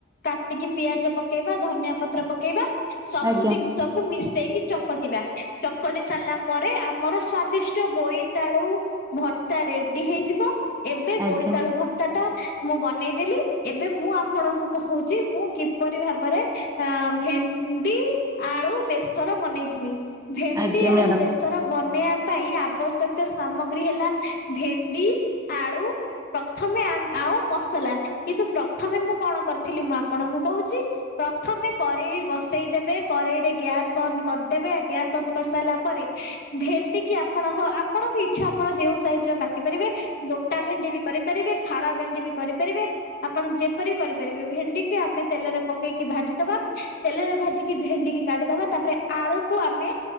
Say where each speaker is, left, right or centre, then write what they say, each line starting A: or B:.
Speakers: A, on the left (about 50°); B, on the right (about 15°).
A: କାଟିକି ପିଆଜ ପକେଇବା ଧନିଆ ପତ୍ର ପକେଇବା। ସବୁ
B: ଆଜ୍ଞା ଆଜ୍ଞା
A: ଜିନିଷକୁ ମିଶେଇକି ଚକଟିବା। ଚକଟି ସାରିଲା ପରେ ଆମର ସ୍ଵାଦିଷ୍ଟ ବୋଇ ବୋଇତାଳୁ ଭର୍ତ୍ତା ରେଡି ହେଇଯିବ ଏବେ
B: ଆଜ୍ଞା
A: ବୋଇତାଳୁ
B: ଆଜ୍ଞା ଆଜ୍ଞା
A: ଭର୍ତ୍ତା ଟା ମୁଁ ବନେଇଦେଲି ଏବେ ମୁଁ ଆପଣଙ୍କୁ କହୁଛି ମୁଁ କିପରି ଭାବରେ କହୁଛି ଭେଣ୍ଡି ଆଳୁ ବେସର ବନେଇଥିଲି ଭେଣ୍ଡି
B: ଆଜ୍ଞା
A: ଆଳୁ
B: ମ୍ୟାଡ଼ାମ
A: ବେସର ର ବନେଇବା ପାଇଁ ଆବଶ୍ୟକ ସାମଗ୍ରୀ ହେଲା ଭେଣ୍ଡି, ଆଳୁ, ପ୍ରଥମେ ଆଉ ମସଲା କିନ୍ତୁ ପ୍ରଥମେ ମୁଁ କଣ କରିଥିଲି ମୁଁ ଆପଣଙ୍କୁ କହୁଛି। ପ୍ରଥମେ କରେଇ ବ ଦେବେ କରେେଇରେ ଗ୍ୟାସ ଅନ୍ କରିଦେବେ ଗ୍ୟାସ ଅନ୍ କରିସାରିଲା ପରେ ଭେଣ୍ଡି କିି ଆପଣଙ୍କ ଆପଣଙ୍କ ଇଚ୍ଛା ଆପଣ ଯେଉଁ ସାଇଜରେ କାଟି ପାରିବେ। ଗୋଟା ଭେଣ୍ଡି ବି କରିପାରିବେ ଫାଳ ଭେଣ୍ଡି ବି କରିପାରିବେ। ଆପଣ ଯେପରି କରିପାରିବେ ଭେଣ୍ଡିକୁ ଆମେ ତେଲରେ ପକେଇକି ଭାଜିଦବା ତେଲରେ ଭାଜିିକି ଭେଣ୍ଡିକି କାଢିଦବା ତାପରେ ଆଳୁକୁ ଆମେ